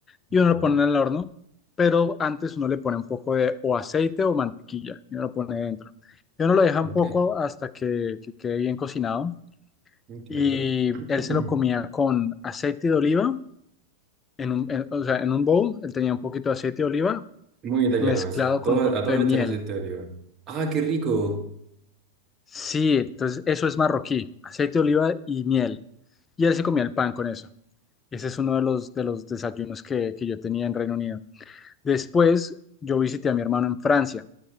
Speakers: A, on the left; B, on the right.
A: y uno lo
B: ujú.
A: pone en el horno, pero antes uno le pone un poco de o aceite o mantequilla y uno lo pone dentro. Y uno lo deja
B: Ah,
A: un
B: ok,
A: poco hasta que, que quede bien cocinado
B: entiendo.
A: y
B: <clears throat>
A: él se lo comía con aceite de oliva, en un, en- o sea, en un bowl, él tenía un poquito de aceite de oliva
B: Muy italiano
A: mezclado
B: eso. Todo,
A: con un poquito
B: a todo
A: de
B: le
A: miel.
B: echan aceite de oliva. Ah, qué rico.
A: Sí, entonces eso es marroquí, aceite de oliva y miel. Y él se comía el pan con eso. Ese es uno de los, de los desayunos que, que yo tenía en Reino Unido. Después yo visité a mi hermano en Francia